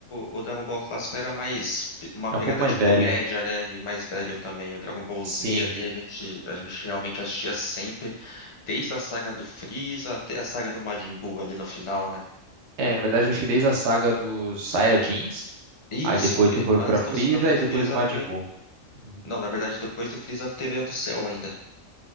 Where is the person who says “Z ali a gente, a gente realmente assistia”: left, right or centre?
Left